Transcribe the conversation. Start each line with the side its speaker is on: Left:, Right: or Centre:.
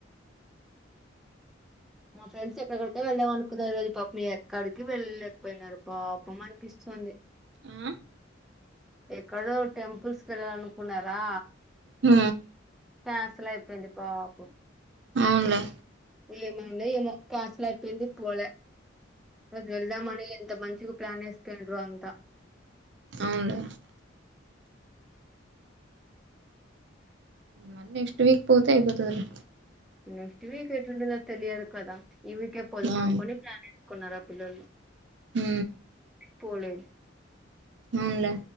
Centre: మా ఫ్రెండ్స్ ఎక్కడి <inaudible> వెళ్దామనుకున్నారు ఈ రోజు పాపం ఎక్కడికీ వెళ్ళలేకపోయినారు పాపం అన్పిస్తుంది
Right: ఆ
Centre: ఎక్కడో టెంపుల్స్ కి వెళ్ళాలనుకున్నారా
Right: ఊ
Centre: క్యాన్సల్ అయిపోయింది పాపం
Right: అవునులే
Centre: ఏమైందో ఏమో కాన్సల్ అయిపోయింది పోలే రోజు వెల్దాం అని ఎంత మంచిగ ప్లాన్ ఏస్కేరో అంత
Right: అవునులే మల్లి నెక్స్ట్ విక్ పోతే ఐపోతదిలే
Centre: నెక్స్ట్ వీక్ ఎట్లుంటదో తెలియదు కదా ఈ వీకే పోదాం
Right: ఆ
Centre: అనుకుని ప్లాన్ ఏసుకున్నారు ఆ పిల్లోల్లు
Right: ఊ
Centre: పోలేదు
Right: అవునులే